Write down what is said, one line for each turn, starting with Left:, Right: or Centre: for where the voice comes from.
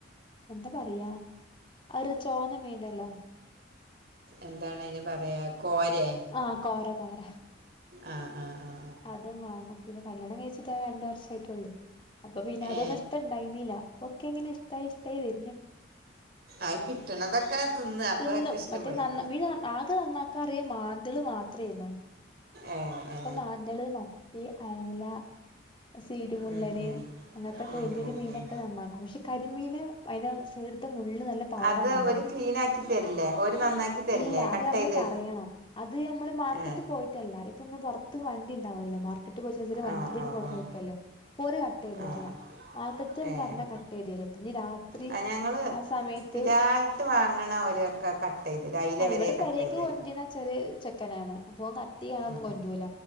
Left: എന്താ പറയാ അ രു ചോന്ന മീണ്ടല്ലോ
Right: എന്താണ് അതിന് പറയാ കോരെ
Left: ആ കോര കോര
Right: ആ ആ ആഹ്
Left: അതും വാങ്ങും പിന്നെ കല്യാണം കഴിച്ചിട്ട് രണ്ട് വർഷം ആയിട്ടോള്ളു അപ്പൊ പിന്നെ
Right: ഏ
Left: അത് നഷ്ട ണ്ടായിന്നീല്ല പൊ ക്കെ ങ്ങനെ ഷ്ടായി ഇഷ്ടായി വ
Right: ആയി കിട്ടണതൊക്കെ തിന്നുക അപ്പോൾ
Left: തിന്നും
Right: അതൊക്കെ ഇഷ്ടപ്പെടും
Left: മറ്റേ സാനം മീൻ ആകെ നന്നാക്കാറിയാ മാന്തള് മാത്രേയിരുന്നു
Right: ഏ ഏ
Left: ഇപ്പം മാന്തള് മത്തി അയല സീരിമുള്ളന്
Right: ഉം ഉം
Left: അങ്ങനത്തൊക്കെ
Right: ഉം
Left: വല്ല്യ വല്ല്യ
Right: ഉം
Left: മീനൊക്കെ
Right: ഉം
Left: നന്നാക്കും പക്ഷെ കരിമീന് അതിന്റെ സൈടുത്തെ മുള്ള് നല്ല പവറാണല്ലോ
Right: അത് ഓര് ക്ലീനാക്കി തരില്ലേ ഓര് നന്നാക്കി തരില്ലേ
Left: ഇല്ല അത്
Right: കട്ട്
Left: മ്മള്
Right: ചെയ്ത്
Left: പറയണം അത് മ്മള് മാർക്കറ്റ്
Right: ഏ
Left: പോയിട്ടല്ല പുറത്ത് വണ്ടി ഉണ്ടാവല്ലോ മാർ <unintelligible> ചിലര് വണ്ടിന്ന്
Right: ആഹ് ആഹ്
Left: കൊണ്ടന്ന് കൊടുക്കല്ലോ ഓര് കട്ട് ചെയ്തരില്ല
Right: ആഹ് ആഹ്
Left: മാർക്കറ്റ്ന്ന്
Right: ഏഹ്
Left: പറഞ്ഞാ കട്ട് ചെയ്ത് തരും പിന്നെ രാത്രി
Right: ആഹ് ഞങ്ങള്
Left: ആ സമയത്ത്
Right: സ്ഥിരായിട്ട് വാങ്ങണ ഓരൊക്കെ കട്ട് ചെയ്തരും അയില
Left: ആ
Right: വരെ
Left: ഇവിടെ
Right: കട്ട്
Left: പെരേയ്ക്ക്
Right: ചെയ്തരും
Left: കൊണ്ടിരുന്നാ വെച്ചാല് ചെക്കനാണ് അപ്പോ കട്ട് ചെയ്യാനോ
Right: ഉം
Left: ടൂല